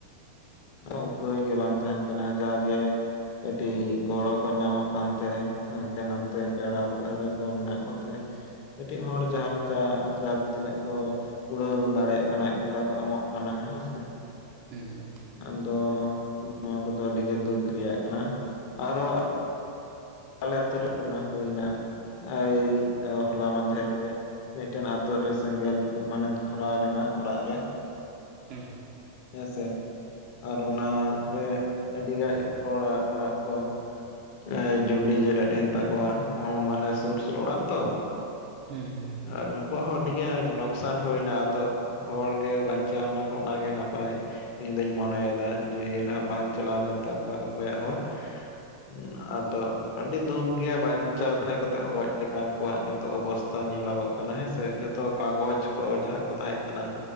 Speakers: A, on the left (about 45°); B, on the right (about 40°).
A: ᱟᱨ ᱩᱯᱟᱹᱭ ᱜᱮ ᱵᱟᱝ ᱛᱟᱦᱮᱱ ᱠᱟᱱᱟ ᱡᱟᱜᱮ ᱠᱟᱹᱴᱤᱜ ᱜᱚᱲᱚ ᱠᱚ ᱧᱟᱢᱚᱜ ᱠᱟᱱᱛᱮ ᱦᱟᱱᱛᱮ ᱱᱟᱱᱛᱮ ᱯᱮᱲᱟ ᱯᱟᱹᱦᱲᱟᱹ ᱠᱚ ᱢᱮᱱᱟᱜ ᱠᱚᱛᱮ ᱠᱟᱹᱴᱤᱡ ᱦᱚᱲ ᱡᱟᱦᱟ ᱞᱮᱠᱟ ᱡᱟ ᱛᱤᱱᱟᱹᱜ ᱠᱚ ᱠᱩᱲᱟᱹᱣ ᱫᱟᱲᱮᱭᱟᱜ ᱠᱟᱱᱟ ᱚᱝᱠᱟ ᱠᱚ ᱮᱢᱚᱜ ᱠᱟᱱᱟ ᱦᱮᱸ ᱥᱮ᱾
B: ᱦᱩᱸ
A: ᱟᱫᱚ ᱱᱚᱣᱟ ᱠᱚᱫᱚ ᱟᱹᱰᱤ ᱜᱮ ᱫᱩᱠ ᱨᱮᱭᱟᱜ ᱠᱟᱱᱟ᱾ᱟᱨᱚᱸ ᱟᱞᱮ ᱟᱛᱳ ᱨᱮ ᱴᱚᱱᱟ ᱦᱩᱭᱱᱟ ᱮᱭ ᱦᱚᱞᱟ ᱢᱟᱫᱷᱮᱨ ᱜᱮ, ᱢᱤᱫᱴᱮᱱ ᱟᱛᱩ ᱨᱮ ᱥᱮᱸᱜᱮᱞ ᱢᱟᱱᱮ ᱫᱷᱚᱨᱟᱣ ᱞᱮᱱᱟ ᱚᱲᱟᱜ ᱨᱮ,
B: ᱦᱮᱸ
A: ᱦᱮᱸ ᱥᱮ ᱟᱨ ᱚᱱᱟᱨᱮ ᱟᱹᱰᱤ ᱜᱟᱡ ᱦᱚᱲᱟᱜ ᱚᱲᱟᱜ ᱠᱚ ᱮᱸᱻ ᱡᱚᱱᱰᱤ ᱡᱮᱨᱮᱫ ᱮᱱ ᱛᱟᱠᱚᱣᱟ᱾ᱚ ᱢᱟᱱᱮ ᱥᱩᱨ ᱥᱩᱨ ᱚᱲᱟᱜ ᱛᱚ᱾
B: ᱦᱩᱸ
A: ᱟᱨ ᱩᱱᱠᱩᱣᱟ-ᱜ ᱦᱚᱸ ᱟᱹᱰᱤ ᱜᱮ ᱞᱚᱠᱥᱟᱱ ᱦᱩᱭᱱᱟ ᱟᱫᱚ ᱦᱚᱲ ᱜᱮ ᱵᱟᱧᱪᱟᱣ ᱱᱟᱠᱚ, ᱚᱱᱟᱜᱮ ᱱᱟᱯᱟᱭ ᱤᱧ ᱫᱩᱧ ᱢᱚᱱᱮᱭᱮᱫᱟ᱾ ᱡᱮ ᱱᱟᱦᱟᱜ ᱵᱟᱝ ᱪᱟᱞᱟᱣ ᱟᱠᱟᱱ ᱛᱟᱠᱚᱣᱟ ᱚᱠᱚᱭᱟᱜ ᱦᱚᱸ᱾ ᱦᱩᱸ ᱟᱫᱚ ᱟᱹᱰᱤ ᱫᱩᱠ ᱜᱮ ᱵᱟᱧᱪᱟᱣ ᱛᱟᱦᱮᱸ ᱠᱟᱛᱮ ᱦᱚᱸ, ᱜᱚᱡ ᱞᱮᱠᱟ ᱩᱱᱠᱩᱣᱟᱼᱜ ᱱᱤᱛᱚᱜ ᱚᱵᱚᱥ ᱧᱮᱞᱚᱜᱚᱜ ᱠᱟᱱᱟ ᱦᱮᱸᱥᱮ᱾ ᱡᱚᱛᱚ ᱠᱟᱜᱚᱡᱽ ᱠᱚ ᱡᱟᱦᱟᱸ ᱠᱚ ᱛᱟᱦᱮᱸ ᱠᱟᱱᱟ᱾